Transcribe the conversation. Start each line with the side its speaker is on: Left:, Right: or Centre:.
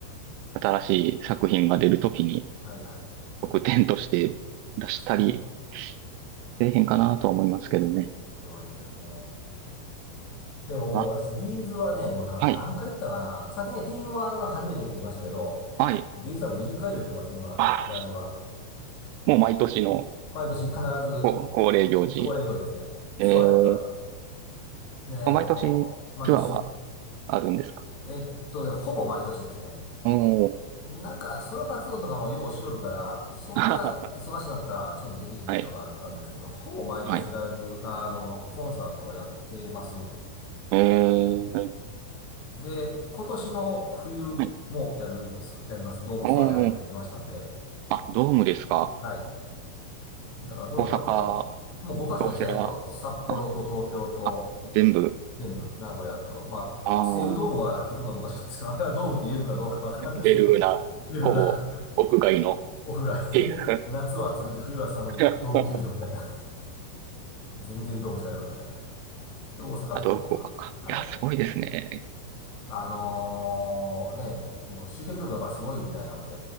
Right: 新しい作品が出るときに、
Left: ーはいはい。
Right: 特典として出したり、
Left: <laughs>
Right: せえへんかなとは思いますけどね。
Left: すごいですね。でももう私、
Right: あ、
Left: ビーズはね、もうな何回行ったかな。
Right: はい。
Left: さっきね、ティームは初めてって言いましたけど、
Right: はい。
Left: ビーズ多分20回以上行ってますね、今まで、
Right: ああ
Left: ライブは。
Right: もう毎年の
Left: 毎年必ず
Right: こ恒例行事。
Left: 恒例行事ですね。
Right: えー、
Left: ツアーやったら。でね、
Right: 毎年ツアーは
Left: あのー毎年さ、
Right: あるんですか
Left: えっとね、ほぼ毎年ですね。
Right: おー。
Left: なんか、ソロ活動とかもようしよるから、それが忙しなったらちょっとできひんとかあったんですけど、
Right: <laughs> はい。
Left: ほぼ毎年ライブ、
Right: はい。
Left: あの、コンサートはやってます。
Right: えー、
Left: で、今年の冬もやるです。
Right: はい。
Left: やります。ドームツアーやるって言ってましたんで、
Right: おー。あ、ドームですか
Left: はい。だからどうだからもう多分ね、
Right: 大阪、
Left: もう5カ所ですね。
Right: 京セラ、
Left: えっと、札幌と東京と、
Right: あ、あ、全部、
Left: 全部、名古屋と、まあ、
Right: ああ、
Left: 西武ドームは行くのかどうか知らないですけど、あれはドームって言えるのかどうかわかんないですけど、
Right: ベルーナ、
Left: 出るな、
Right: ほぼ、屋外の、
Left: <laughs>
Right: <laughs>
Left: 屋外。
Right: っていう。
Left: <laughs> 夏は暑くて冬は寒い、
Right: <laughs>
Left: ドーム球場みたいな。全然ドームちゃうよみたいな。で、大阪、
Right: あと、
Left: 福岡か。
Right: 福岡か。
Left: はい。
Right: いや、すごいですね。
Left: あのーね、もう集客力がやっぱすごいみたいなんで、